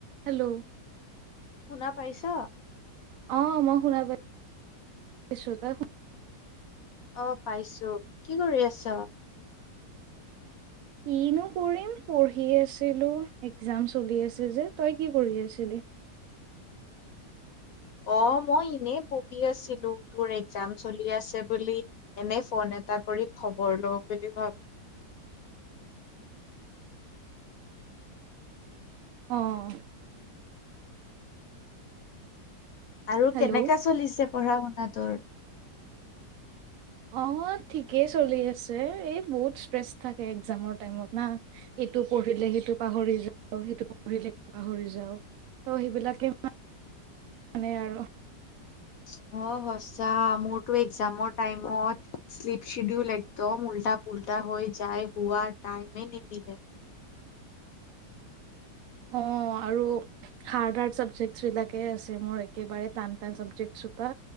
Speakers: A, on the right; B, on the left.
A: হেল্ল,
B: শুনা পাইছা?
A: অ, মই শুনা পায়-চো তই
B: অ, পাইছো। কি কৰি আছা?
A: কিনো কৰিম, পঢ়ি আছিলো, একজাম চলি আছে যে, তই কি কৰি আছিলি?
B: অ, মই এনে বহি আছিলো, তোৰ একজাম চলি আছে বুলি এনে, ফোন এটা কৰি খবৰ লওঁ বুলি ভাবি
A: অ,
B: আৰু
A: হেল্ল'
B: কেনেকা চলিছে, পঢ়া-শুনা তোৰ?
A: অ, ঠিকেই চলি আছে, এই বহুত ষ্ট্ৰেচ থাকে একজামৰ টাইমত না। এইটো পঢ়িলে সেইটো পাহৰি যাও, সেইটো পঢ়িলে সেইটো পাহৰি যাও ত, সেইবিলাকে মানে মানে, আৰু
B: অ, সঁচা মোৰতো মোৰটোৱে একজামৰ টাইমত শ্লিপ চিদিউল দম, উল্টা, পুল্টা হৈ যায় হোৱা টাইমে নিমিলে।
A: অ, আৰু হাৰ্ড, হাৰ্ড চাবজেকট বিলাকে আছে মোৰ একেবাৰে টান টান চাবজেক্ট সোপা।